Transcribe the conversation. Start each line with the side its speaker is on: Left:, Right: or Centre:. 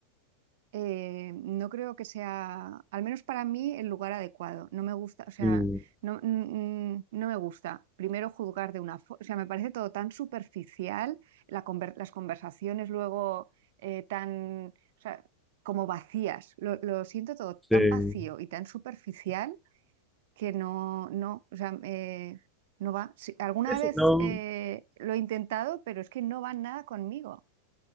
Right: eh, no creo que sea, al menos para mí, el lugar adecuado. No me gusta, o sea,
Centre: Mm,
Right: no, mm, mm, no me gusta primero juzgar de una forma, o sea, me parece todo tan superficial, la conver- las conversaciones luego eh, tan, o sea, como vacías. Lo, lo siento todo tan
Centre: sí.
Right: vacío y tan superficial que no, no, o sea, eh, no va. Sí, alguna
Centre: Sí, sí,
Right: vez
Centre: No,
Right: eh, lo he intentado, pero es que no va nada conmigo.